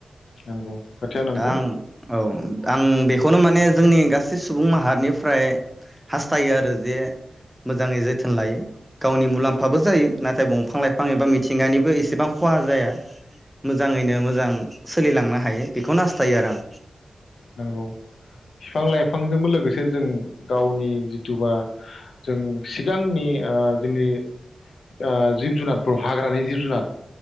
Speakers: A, on the left; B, in the centre.
A: नांगौ खोथाया नंगौ
B: दा आं औ आं बेखौ खौनो माने जोंनि गासै सुबुं माहारिनिफ्राय हास्थायो आरो जे मोजाङै जोथोन लायो गावनि मुलाम्फाबो जायो ना थाय बंफां लाइफां एबा मिथिंगानिबो एसेबां खहा जाया मोजाङैनो मोजां सोलिलांनो हायो बेखौ हास्थायो आरो आं
A: नंगौ फिफां लाइफांजोंबो लोगोसे जों गावनि जिथुबा जों सिगांनि ओ जोंनि ओ जिब जुनारफोर हाग्रानि जिब जुनाद